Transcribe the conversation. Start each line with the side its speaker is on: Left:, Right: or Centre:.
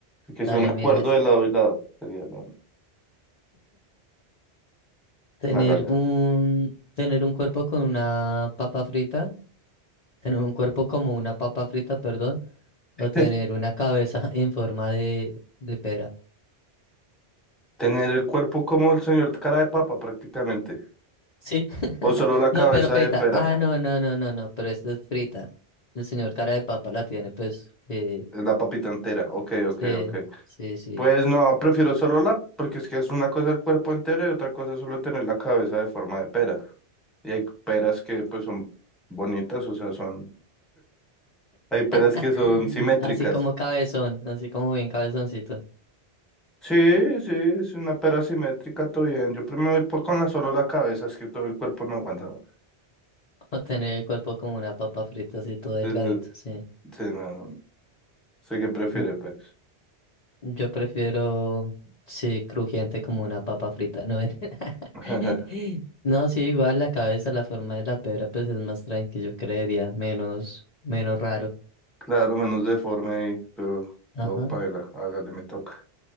Centre: Y Que
Left: Dale,
Centre: sea un acuerdo
Left: mira esto.
Centre: de lado y lado, sería lo
Left: Tener
Centre: hágale.
Left: un, tener un cuerpo con una papa frita, tener un cuerpo como una papa frita, perdón, o
Centre: <laughs>
Left: tener una cabeza <laughs> en forma de, de pera.
Centre: Tener el cuerpo como el señor cara de papa, prácticamente.
Left: Sí. <laughs>
Centre: O solo la cabeza
Left: No, pero frita.
Centre: de pera,
Left: Ah, no, no, no, no, no, pero esta es frita. El señor cara de papa la tiene, pues, eh,
Centre: eh, la papita entera. Ok, ok,
Left: Sí,
Centre: ok.
Left: sí, sí.
Centre: Pues no, prefiero solo la, porque es que es una cosa el cuerpo entero y otra cosa es solo tener la cabeza de forma de pera. Y hay peras que pues son bonitas, o sea, son... Hay peras
Left: <clears throat> <laughs>
Centre: que son simétricas.
Left: Así como cabezón, así como bien cabezoncito.
Centre: Sí, sí, es una pera simétrica, todo bien. Yo primero voy por- con la solo la cabeza, es que todo el cuerpo no aguanta. güey.
Left: O tener el cuerpo como una papa frita, así todo delgadito,
Centre: Sí, sí,
Left: sí.
Centre: sí, no, no, no. Sé que prefiere,
Left: Mm,
Centre: Pex.
Left: Yo prefiero, sí, crujiente como una papa frita, no mentira.
Centre: <laughs>
Left: <laughs> No, sí, igual la cabeza, la forma de la pera, pues es más tranquilo, yo creería, menos, menos raro.
Centre: Claro, menos deforme ahí, pero
Left: Ajá.
Centre: todo paila. Hágale, me toca.